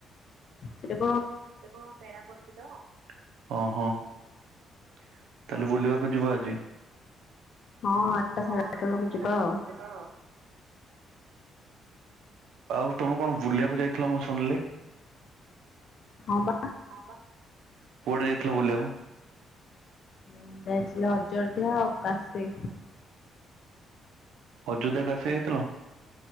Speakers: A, on the left; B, on the right.
A: ସେଟା
B: ଏଟ କଣ ମେଳା ପଡୁଛି ତ ଓହୋ ତାହେଲେ ବୁଲିବାକୁ ଯିବ ଆଜି
A: ହଁ ଆଠଟା ସାଢେ
B: ହଁ ଆଉ ଆଠଟା
A: ବେଳକୁ
B: ସାଢେ଼
A: ଯିବା
B: ଆଠଟା
A: ଆଉ।
B: ବେଳକୁ ଜିବା ଆଉ ତମେ କଣ ବୁଲିବାକୁ ଯାଇଥିଲ ମୁଁ ଶୁଣିଲି।
A: ହଁ ବା
B: ହଁ ପା। କୁଆଡ଼େ ଯାଇଥିଲ ବୁଲିବାକୁ?
A: ହଁ ଯାଇଥିଲି ଅଯୋଧ୍ୟା ଅଉ କାଶି।
B: ଅଯୋଧ୍ୟା କାଶି ଯାଇଥିଲ?